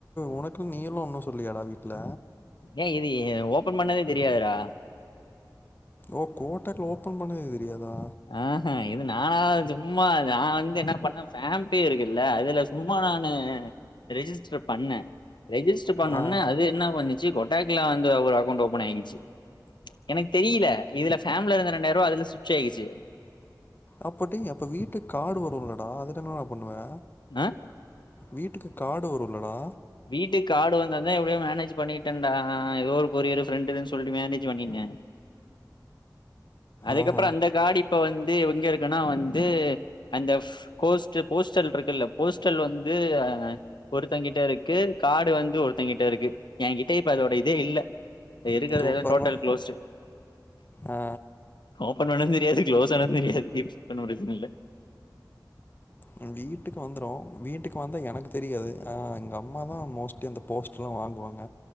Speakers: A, on the left; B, on the left.
A: உனக்குன்ன நீயேலாம் ஒண்ணு சொல்லயாடா வீட்ல
B: ஏ இது ஓபன் பண்ணதே தெரியாதுடா
A: ஓ கோட்டாக்குல ஓப்பன் பண்ணதே தெரியாதா
B: ஆஹ்ஹ இது நான சும்மா நான் வந்து என்ன பண்ணேன் பேம்பி இருக்குல்ல அதுல சும்மா நானூ ரிஜிஸ்டர் பண்ணே ரெஜிஸ்டர் பண்ணுன
A: ஆ
B: அது என்ன பண்ணுச்சி ச்சி கொட்டாக்ல வந்து ஒரு அக்கௌண்ட் ஓபன் ஆகிச்சு எனக்கு தெரியல இதுல பேம்ல ரெண்டாயரூவா அதுல சிப்ட் ஆகிச்சு
A: அப்படி அப்ப வீட்டுக்காடு வரும்லடா அந்த டைம்லயென்ன கொண்டுவா
B: நா
A: வீட்டுக்கு காடு வருல்லடா
B: வீட்டுக்கு காடு வந்ததான் எப்டியோ மேனேஜ் பண்ணிட்டேன்டா ஏதோ ஒரு கொரியரு ஃப்ரெண்டுதுன்னு சொல்ட்டு மேனேஜ் பண்ணிட்டேன் அதுக்கப்புறம்
A: ஆஹா
B: அந்த காடு இப்பவந்து தேவ் இங்க இருக்கன்னா வந்து அந்த கோஸ்ட் போஸ்டல் இருக்குல்ல போஸ்டல் வந்து ஒருத்தங்ககிட்ட இருக்கு கார்டுவந்து ஒருத்தங்கிட்ட இருக்கு என்கிட்ட இப்ப அதோட இதே இல்ல இருக்கிறது
A: சூப்பர்டா
B: எது டோட்டல் க்ளோஸ்டு
A: ஆ
B: ஓபன் பண்ணதும் தெரியாது க்ளோஸ் ஆனுதும் தெரியாது <unintelligible> பிரச்சனை இல்ல
A: என் வீட்டுக்கு வந்துரும் வீட்டுக்கு வந்தா எனக்கு தெரியாது ஆஹ் எங்க அம்மா தான் மோஸ்ட் அந்த போஸ்ட் எல்லாம் வாங்குவாங்க